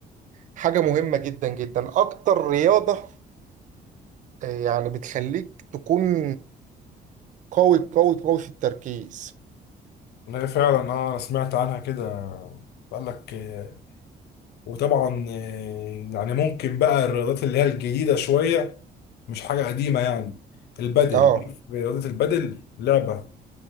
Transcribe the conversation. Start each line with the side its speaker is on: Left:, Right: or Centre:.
Right: حاجه مهمه جدا جدا اكتر رياضه آه، يعني بتخليك تكون قوي قوي قوي في التركيز
Left: إن هي فعلا اه انا سمعت عنها كده قال لك آه، وطبعا آه، يعني ممكن بقى الرياضات اللي هي الجديده شويه مش حاجه قديمه يعني البدل
Right: اه
Left: رياضه البدل لعبه